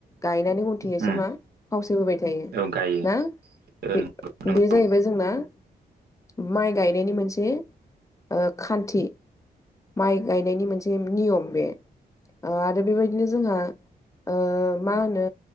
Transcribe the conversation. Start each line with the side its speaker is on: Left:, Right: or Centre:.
Left: गायनानै उनथिंजायसो
Right: उम
Left: मा फावसायबोबाय थायो।
Right: औ गायो
Left: ना
Right: ओ
Left: बे
Right: नंगौ
Left: जाहैबाय
Right: ओ
Left: जोंनि जोंना माइ गायनायनि मोनसे ओ खान्थि माइ गायनायनि मोनसे नियम बे आरो बेबायदिनो जोंहा ओ मा होनो